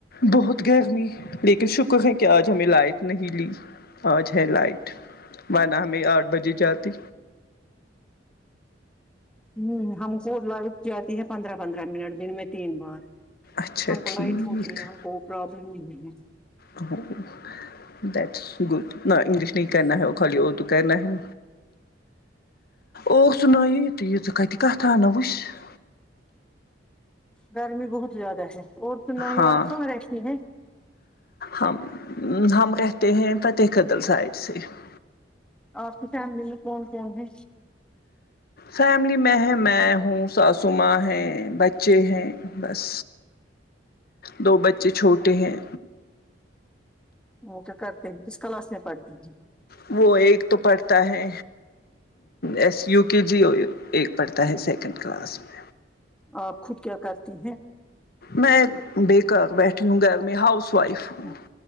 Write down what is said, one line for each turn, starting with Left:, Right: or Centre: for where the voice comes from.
Left: بہت گرمی لیکن شکر ہے کہ آج ہمیں لائٹ نہیں لی آج ہے لائٹ ورنہ ہمیں آٹھ بجے جاتی
Centre: ہمم ہم کو لائٹ جاتی ہے پندرہ پندرہ منٹ دن میں تین بار
Left: اچھا
Centre: ہم کو
Left: ٹھیک
Centre: لائٹ ہوتی ہے ہم کو پرابلم نہیں ہے
Left: ا <unintelligible> دٹس گود نہ انگلش نہیں کرنا ہے خالی اردو کرنا ہے اور سانئ یہت کت کت آ نا وس <unintelligible>
Centre: گرمی بہت زیادہ ہے اور سنائیے
Left: ہاں
Centre: آپ کہاں رہتی ہیں
Left: ہم ہم کہتے ہیں ت قتل سائڈ سے <unintelligible>
Centre: آپ کی فیملی میں کون کون ہے
Left: فیملی میں ہے میں ہوں ساسوما ہیں بچے ہیں بس دو بچے چھوٹے ہیں
Centre: وہ کیا کرتے ہیں کس کلاس میں پڑھتی ہیں
Left: وہ ایک تو پڑھتا ہے ایس یو کے جی ایک پڑھتا ہے سیکنڈ کلاس میں
Centre: آپ خود کیا کرتی ہیں
Left: میں بےیکار بیٹھی ہوں گھر میں ہاؤس وائف
Centre: ہیں
Left: ہوں